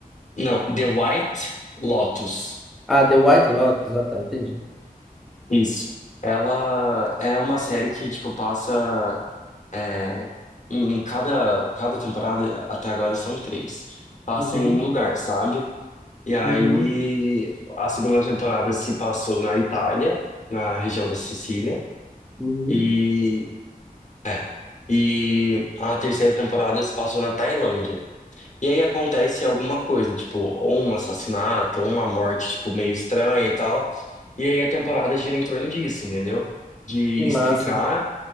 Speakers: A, on the left; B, in the centre.
A: Não, The White Lotus.
B: Ah, The White Lotus. Ah, tá, entendi.
A: Isso. Ela é uma série que, tipo, passa. é, em cada, cada temporada, até agora são três. Passa
B: Uhum,
A: em um lugar, sabe? E aí
B: uhum,
A: a segunda temporada se passou na Itália, na região da Sicília,
B: uhum,
A: e é. E a terceira temporada se passou na Tailândia. E aí acontece alguma coisa, tipo, ou um assassinato, ou uma morte, tipo, meio estranha e tal. E aí a temporada gira em torno disso, entendeu? De
B: Que massa.
A: explicar